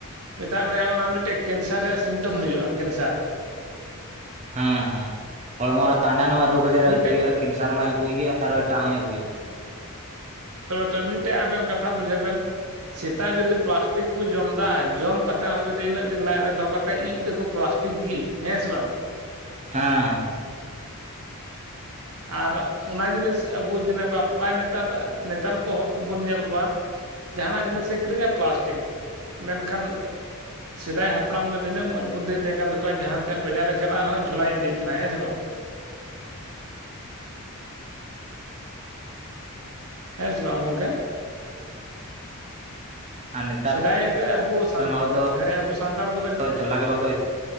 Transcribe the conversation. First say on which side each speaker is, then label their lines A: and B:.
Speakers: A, on the right; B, on the right.
A: ᱢᱮᱛᱟᱜ ᱢᱮ ᱚᱱᱟ ᱢᱤᱫᱴᱟᱝ ᱠᱮᱱᱥᱟᱨ ᱨᱮᱭᱟᱜ ᱥᱤᱢᱴᱚᱢ ᱦᱩᱭᱩᱜᱼᱟ ᱠᱮᱱᱥᱟᱨ ᱾
B: ᱦᱮᱸ ᱦᱮᱸ ᱦᱚᱲᱢᱚ ᱨᱮ ᱦᱟᱱᱟ ᱱᱟᱶᱟ ᱨᱳᱜᱽ ᱟᱡᱟᱨ ᱮ
A: ᱢᱤᱫᱴᱮᱡ
B: ᱟᱹᱜᱩᱭᱟ ᱠᱮᱱᱥᱟᱨ ᱢᱟᱭ ᱟᱹᱜᱩᱭ ᱜᱮᱭᱟ ᱟᱨ ᱮᱴᱟᱜ ᱦᱚᱭ ᱟᱹᱜᱩᱭᱟ᱾
A: <unintelligible> ᱛᱚᱵᱮ ᱛᱚ ᱢᱤᱫᱴᱮᱡ ᱟᱵᱮᱱ ᱠᱟᱛᱷᱟ ᱵᱩᱡᱷᱟᱹᱣ ᱵᱮᱱ ᱥᱮᱛᱟ ᱡᱩᱫᱤ ᱯᱮᱞᱟᱥᱴᱤᱠ ᱠᱚ ᱡᱚᱢ ᱮᱫᱟ ᱡᱚᱢ ᱠᱟᱛᱮᱫ ᱦᱚᱸ ᱡᱩᱫᱤ ᱤᱱᱟᱹᱜ ᱫᱤᱱ ᱞᱟᱡ ᱨᱮ ᱫᱚᱦᱚ ᱠᱟᱛᱮᱫ ᱤᱡ ᱫᱟᱠᱚ ᱯᱮᱞᱟᱥᱴᱤᱠ ᱜᱤ ᱦᱮᱸ ᱥᱮ ᱵᱟᱝ ᱾
B: ᱦᱮᱸ ᱾
A: ᱟᱨ ᱚᱱᱟ ᱡᱤᱱᱤᱥ ᱟᱵᱚ ᱡᱮᱱᱚ <inaudible> ᱱᱮᱛᱟᱨ ᱱᱮᱛᱟᱨ ᱠᱚᱦᱚ ᱵᱚᱱ ᱧᱮᱞ ᱠᱚᱣᱟ᱾ ᱡᱟᱦᱟᱱᱟᱜ ᱡᱤᱱᱤᱥ ᱮ ᱠᱤᱨᱤᱧᱟ ᱯᱞᱟᱥᱴᱤᱠ ᱢᱮᱱᱠᱷᱟᱱ ᱥᱮᱫᱟᱭ ᱦᱟᱯᱲᱟᱢ ᱫᱚ ᱱᱤᱱᱟᱹᱜ ᱢᱚᱸᱡᱽ ᱵᱩᱫᱽᱫᱷᱤ ᱛᱟᱦᱮᱸ ᱠᱟᱱ ᱛᱟᱠᱚᱣᱟ ᱡᱟᱦᱟᱸ ᱛᱤᱱᱟᱜ ᱵᱟᱡᱟᱨ ᱨᱮ ᱪᱟᱞᱟᱜ ᱨᱮᱦᱚᱸ ᱡᱷᱚᱞᱟᱭ ᱤᱫᱤᱭᱮᱫ ᱛᱟᱦᱮᱱᱟ ᱦᱮᱸ ᱥᱮ ᱵᱟᱝ? ᱦᱮᱸ ᱥᱮ ᱵᱟᱝ ᱜᱚᱝᱠᱮ?
B: ᱟᱨ ᱱᱮᱛᱟᱨ
A: ᱥᱮᱫᱟᱭ ᱛᱮ ᱟᱵᱚ ᱥᱟᱱ
B: ᱨᱮᱱ ᱦᱚᱲ ᱫᱚ
A: ᱦᱮᱸ ᱟᱵᱚ ᱥᱟᱱᱛᱟᱲ ᱠᱚᱫᱚ
B: ᱡᱷᱚᱞᱟ ᱜᱮ ᱵᱟᱠᱚ